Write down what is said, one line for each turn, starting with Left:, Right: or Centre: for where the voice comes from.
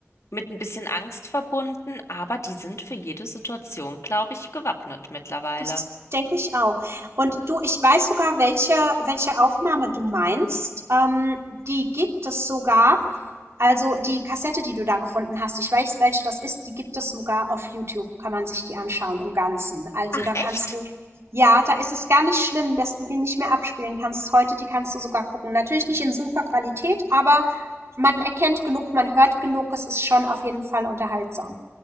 Left: mit ein bisschen Angst verbunden, aber die sind für jede Situation, glaube ich, gewappnet mittlerweile.
Right: das denke ich auch. Und du, ich weiß sogar, welche, welche Aufnahme du meinst. Ähm, die gibt es sogar. Also die Kassette, die du da gefunden hast, ich weiß, welche das ist, die gibt es sogar auf YouTube. Kann man sich die anschauen im Ganzen. Also
Left: Ach
Right: da
Left: echt?
Right: kannst du, ja, da ist es gar nicht schlimm, dass du die nicht mehr abspielen kannst heute. Die kannst du sogar gucken. Natürlich nicht in super Qualität, aber man erkennt genug, man hört genug. Es ist schon auf jeden Fall unterhaltsam.